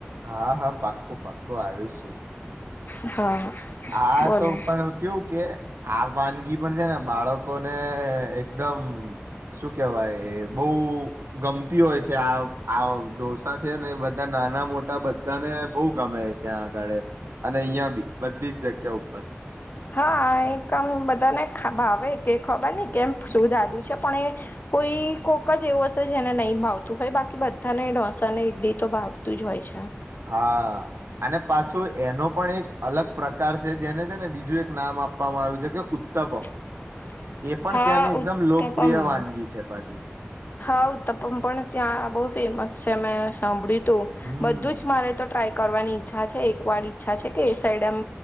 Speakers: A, on the right; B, on the left.
A: હા, હા પાક્કો, પાક્કો આવીશું
B: હા
A: હા,
B: બોલો
A: તો પણ કેવું, કે આ વાનગી પણ છેને, બાળક લોકોને એકદમ, શું કેવાય બહ ગમતી હોય છે, આ ઢોસા છેને, એ બધા નાના મોટા બધા ને બહુ ગમે ત્યાં આગળ અને અહિયાં બી બધી જ જગ્યા, ઉપર
B: હા, એકમ બધાને હાવ, કે ખબર ન કેમ શુંધદુ છે પણ એ કોઈ કોક જ એવું હશે જેને નહીં, ભાવતું હોય, બાકી બધાને ઢોસા ને ઈડલી તો ભાવતું જ હોય છે.
A: હા, અને પાછું એનો પણ એક અલગ પ્રકાર છે, જેને છેને, બીજું એક નામ આપવાવામાં આવું છે કે ઉત્તાપ
B: <inaudible>
A: એ પણ
B: હા
A: ત્યાંની
B: ઉત્તપમ
A: એકદમ લોકપ્રિય વાનગી છે, પાછી
B: હા ઉત્તપ પણ ત્યાં બહ ફેમસ છે, મેં સાંભળ્યું તું
A: હમ
B: બધું જ મારે તો ટ્રાય કરવાની ઈચ્છા છે, એક વાર ઈચ્છા છે કે એ સાઈડ એમ